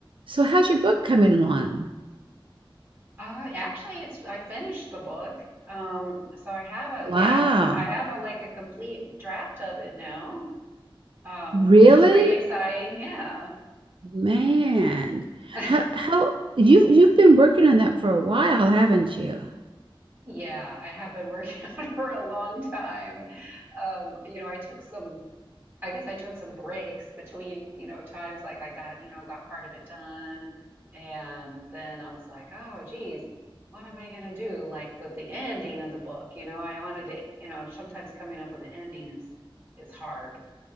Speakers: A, on the right; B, on the right.
A: So how's your book coming along?
B: Uh, actually, it's I finished the book. Um, so I have a
A: Wow.
B: yeah, I, I have a like a complete draft of it now, um,
A: Really?
B: which is pretty exciting. Yeah.
A: Man.
B: <laughs>
A: How how you you've been working on that for a while, haven't you?
B: Yeah, I have been working <laughs> on it for a long time. Um, you know, I took some I guess I took some breaks between, you know, times like I got, you know, got part of it done. And then I was like, oh, geez, what am I going to do? Like with the ending of the book, you know, I wanted to, you know, sometimes coming up with an ending is is hard.